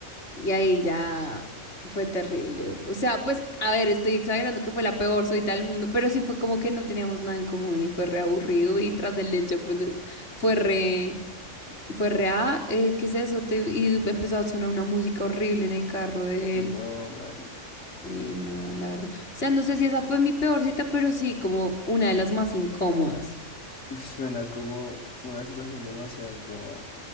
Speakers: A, on the left; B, on the left.
A: Y ahí ya fue terrible. O sea, pues, a ver, estoy exagerando que fue la peor soy del mundo, pero sí fue como que no teníamos nada en común y fue re aburrido y tras del hecho, pues, fue re... Fue rea, eh, ¿qué es eso? Te- y empezó a sonar una música horrible en el carro de
B: No,
A: él.
B: marica.
A: Eh, no, la verdad. O sea, no sé si esa fue mi peor cita, pero sí, como una de las más incómodas.
B: Uf, Suena como una situación demasiado en coma.